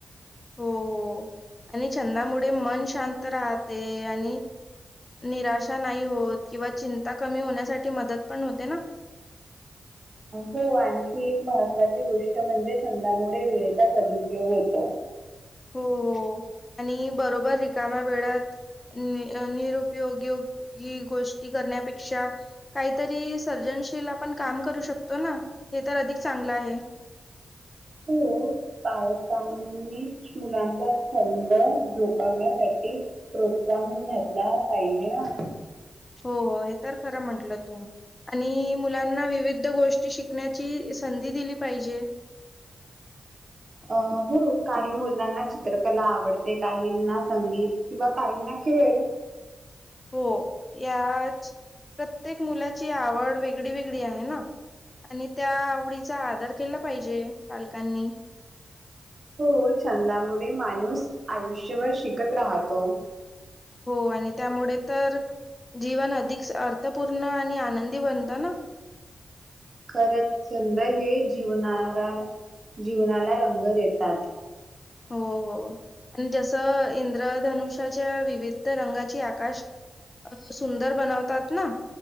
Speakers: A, on the left; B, on the right.
A: हो हो आणि छंदामुळे मन शांत राहते आणि निराशा नाही होत किंवा चिंता कमी होण्यासाठी मदत पण होते ना.
B: हो आणखी एक महत्त्वाची गोष्ट म्हणजे छंदामुळे वेळेचा सदुपयोग होतो.
A: हो हो आणि बरोबर रिकामा वेळ्यात नि अ निरुपयोगी योगी गोष्टी करण्यापेक्षा काहीतरी सर्जनशील आपण काम करू शकतो ना हे तर अधिक चांगलं आहे.
B: हो. पालकांनीच मुलांचा छंद झोकावण्यासाठी प्रोत्साहन घातला पाहिजे हा.
A: हो हे तर खरं म्हंटलं तू. आणि मुलांना विविध गोष्टी शिकण्याची संधी दिली पाहिजे.
B: अ हो काही मुलांना चित्रकला आवडते काहींना संगीत किंवा काहींना खेळ.
A: हो याच प्रत्येक मुलाची आवड वेगळी वेगळी आहे ना. आणि त्या आवडीचा आधार केला पाहिजे पालकांनी.
B: हो छंदामुळे माणूस आयुष्यभर शिकत राहतो.
A: हो आणि त्यामुळे तर जीवन अधिक अर्थपूर्ण आणि आनंदी बनतं ना.
B: खरंच छंद हे जीवनाराला जीवनाला रंग देतात.
A: हो हो आणि जसं इंद्रधनुषाच्या विविध रंगाची आकाश अ सुंदर बनवतात ना